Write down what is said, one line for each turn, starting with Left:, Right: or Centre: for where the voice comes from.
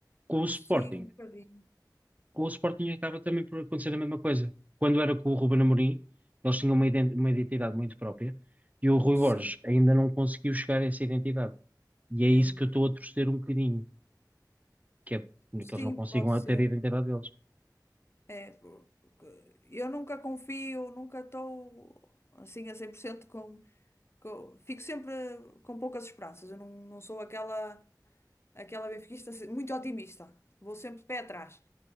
Right: Com o Sporting.
Left: Sim, um bocadinho.
Right: Com o Sporting acaba também por acontecer a mesma coisa. Quando era com o Ruben Amorim, eles tinham uma ident- uma identidade muito própria e o Rui
Left: Sim,
Right: Borges ainda não conseguiu chegar a essa identidade. E
Left: mesmo.
Right: é isso que eu estou a torcer um bocadinho, que é
Left: Sim,
Right: que eles não consigam
Left: pode ser.
Right: ter a identidade deles.
Left: É, porque eu nunca confio, nunca estou assim a 100% com, que eu Fico sempre eh, com poucas esperanças. Eu não, não sou aquela, aquela benfiquista assim, muito otimista. Vou sempre de pé atrás.